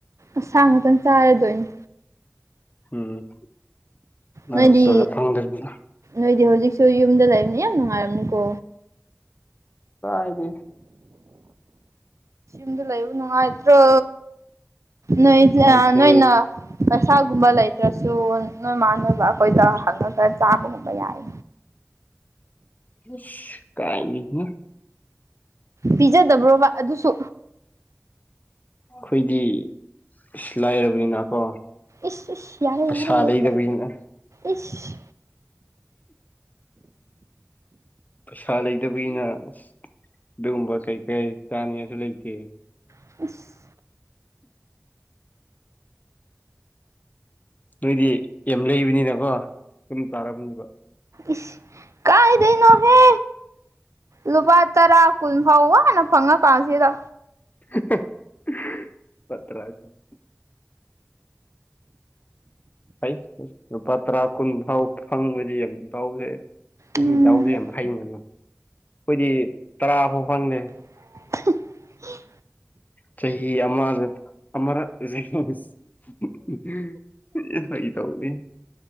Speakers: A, on the right (about 80°); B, on the left (about 35°).
A: ꯑꯁꯥ ꯉꯥꯛꯇꯪ ꯆꯥꯔꯗꯣꯏꯅꯤ
B: ꯎꯝ ꯅꯣꯏ
A: ꯅꯣꯏꯗꯤ
B: ꯍꯣꯁꯇꯦꯜꯗ ꯐꯪꯗꯕꯅꯤꯅ
A: ꯅꯣꯏꯗꯤ ꯍꯧꯖꯤꯛꯁꯨ ꯌꯨꯝꯗ ꯂꯩꯕꯅꯤ ꯌꯥꯝ ꯅꯨꯡꯉꯥꯏꯔꯝꯅꯤꯀꯣ
B: ꯀꯥꯢꯗꯤ
A: ꯌꯨꯝꯗ ꯂꯩꯕ ꯅꯨꯡꯉꯥꯏꯇ꯭ꯔꯣ ꯅꯣꯏꯁꯦ
B: ꯅꯨꯡꯉꯥꯏꯇꯦ
A: ꯑ ꯅꯣꯏꯅ ꯄꯩꯁꯥꯒꯨꯝꯕ ꯂꯩꯇ꯭ꯔꯁꯨ ꯅꯣꯏꯃꯥ ꯅꯣꯏꯕꯥ ꯈꯣꯏꯗ ꯍꯪꯉꯒ ꯆꯥꯕꯒꯨꯝꯕ ꯌꯥꯏ
B: ꯢꯁ ꯀꯥꯏꯗꯤꯅꯣ
A: ꯄꯤꯖꯗꯕ꯭ꯔꯣꯕ ꯑꯗꯨꯁꯨ
B: ꯈꯨꯏꯗꯤ ꯏꯁ ꯂꯥꯏꯔꯕꯅꯤꯅ ꯀꯣ
A: ꯏꯁ ꯏꯁ ꯌꯥꯔꯦ
B: ꯄꯩꯁꯥ
A: ꯌꯥꯔꯦ ꯌꯥꯔꯦ
B: ꯂꯩꯗꯕꯩꯅ
A: ꯏꯁ
B: ꯄꯩꯁꯥ ꯂꯩꯇꯕꯤꯅ ꯑꯁ ꯗꯨꯒꯨꯝꯕ ꯀꯩ ꯀꯩ ꯆꯥꯅꯤꯉꯥꯏꯁꯨ ꯂꯩꯇꯦ
A: ꯑꯁ
B: ꯅꯣꯏꯗꯤ ꯌꯥꯝ ꯂꯩꯕꯅꯤꯅꯀꯣ ꯁꯨꯝ ꯆꯥꯔꯝꯅꯤꯕ
A: ꯏꯁ ꯀꯥꯏꯗꯩꯅꯣꯍꯦ ꯂꯨꯄꯥ ꯇꯔꯥ ꯀꯨꯟ ꯐꯥꯎ ꯋꯥꯅ ꯐꯪꯉꯀꯥꯟꯁꯤꯗ
B: <unintelligible> ꯐꯩ ꯐꯩ ꯂꯨꯄꯥ ꯇꯔꯥ ꯀꯨꯟ ꯐꯥꯎ ꯐꯪꯕꯗꯤ ꯌꯥꯝ ꯗꯥꯎꯖꯦ ꯅꯪꯒꯤ
A: ꯎꯝ
B: ꯗꯥꯎꯖꯦ ꯌꯥꯝ ꯐꯩ ꯉꯟꯅ ꯈꯣꯏꯗꯤ ꯇꯔꯥ ꯐꯥꯎ ꯐꯪꯗꯦ
A: <unintelligible>
B: ꯆꯍꯤ ꯑꯃꯗ ꯑꯃꯔꯛ <unintelligible> ꯐꯥꯒꯤ ꯇꯧꯕꯅꯦ